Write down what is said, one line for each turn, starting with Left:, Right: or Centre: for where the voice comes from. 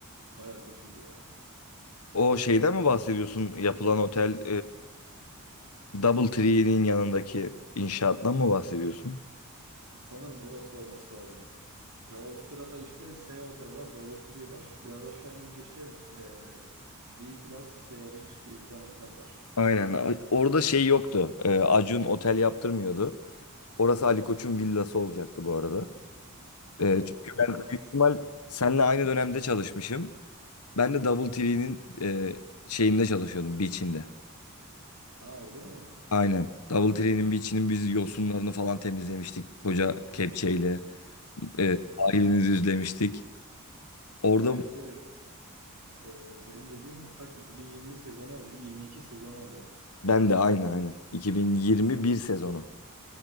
Right: baya kötüydü ya.
Left: O şeyden mi bahsediyorsun? Yapılan otel e, Doubletree'nin yanındaki inşaattan mı bahsediyorsun?
Right: Sanırım orası olması lazım. Ya o sırada işte S Hotel var, Double Tree var. Biraz aşağı inince işte e, D Plus Sea Beach diye bir tane otel var.
Left: Aynen. A- Orada şey yoktu. Ee, Acun otel yaptırmıyordu. Orası Ali Koç'un villası olacaktı bu arada. Ee,
Right: Allah
Left: çünkü
Right: onun
Left: ben
Right: da. <laughs>
Left: büyük ihtimal seninle aynı dönemde çalışmışım. Ben de Double Tree'nin e, şeyinde çalışıyordum, beach'inde.
Right: Ha öyle mi?
Left: Aynen. Double Tree'nin beach'inin biz yosunlarını falan temizlemiştik. Koca kepçeyle. E, sahilini düzlemiştik. Orada
Right: Ya işte e, benim dediğim kaç 2020 sezonu oluyor. 22 sezonu oluyor.
Left: ben de aynı aynen. 2021 sezonu